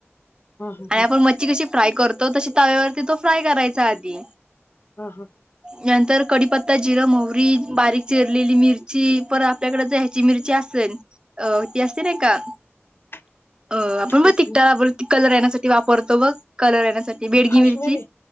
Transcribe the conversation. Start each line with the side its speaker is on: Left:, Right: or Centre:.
Left: हा हा
Right: आणी आपण मच्छी कशी फ्राय करतो, तशी तव्यावरती तो फ्राय करायचा आधी.
Left: हा, हा.
Right: नंतर कडीपत्ता, जिरं मोहरी, बारीक चिरलेली मिरची परत आपल्याकडं ते हे जी मिरची असेल, अ ती असते नाय का?
Left: <unintelligible>
Right: अ आपण <unintelligible>
Left: कसली
Right: त्यावरती कलर येण्यासाठी ती वापरतो बघ कलर येण्यासाठी, बेडगी
Left: काश्मीरी
Right: मिरची.